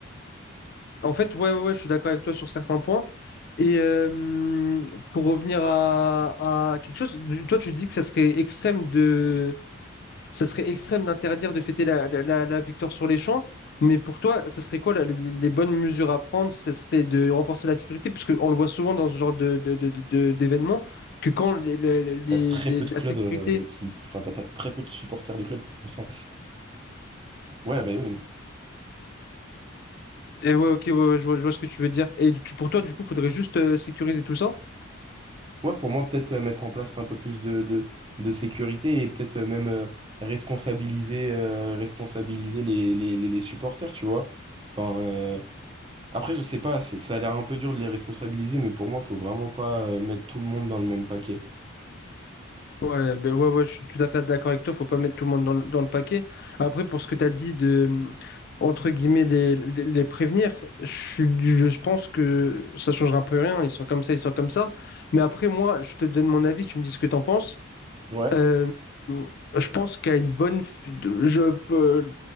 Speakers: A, on the left; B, on the right.
A: en fait, ouais, ouais, ouais, je suis d'accord avec toi sur certains points. Et euh, pour revenir à, à quelque chose, du- toi, tu dis que ça serait extrême de, ça serait extrême d'interdire de fêter la, la, la- la victoire sur les champs. Mais pour toi, ça serait quoi la- les bonnes mesures à prendre? Ce serait de renforcer la sécurité, parce qu'on le voit souvent dans ce genre de, de, de, de- d'événements, que quand les, les, les-
B: T'as très
A: les-
B: peu
A: la
B: de clubs
A: sécurité
B: euh, qui, qui, enfin, t'as t'as très peu de supporters de clubs qui font ça. Ouais, mais, ouais, mais-
A: Et ouais, ok, ouais, ouais, je vois, je vois ce que tu veux dire. Et tu- pour toi, du coup, faudrait juste euh, sécuriser tout ça?
B: ouais, pour moi, peut-être euh, mettre en place un peu plus de, de, de sécurité et peut-être euh, même euh, responsabiliser, euh, responsabiliser les, les, les, les supporters, tu vois. Enfin, euh, après, je sais pas, c'est, ça a l'air un peu dur de les responsabiliser, mais pour moi, faut vraiment pas euh, mettre tout le monde dans le même paquet.
A: Ouais, ben ouais, ouais, je suis tout à fait d'accord avec toi. Faut pas mettre tout le monde dans, le dans le paquet. Après, pour ce que tu as dit de, hum, entre guillemets, les, les, les prévenir, je, suis du- je pense que ça changera un peu rien. Ils sont comme ça, ils sont comme ça. Mais après, moi, je te donne mon avis, tu me dis ce que tu en penses.
B: Ouais.
A: Euh, je pense qu'à une bonne, f- de- je peux,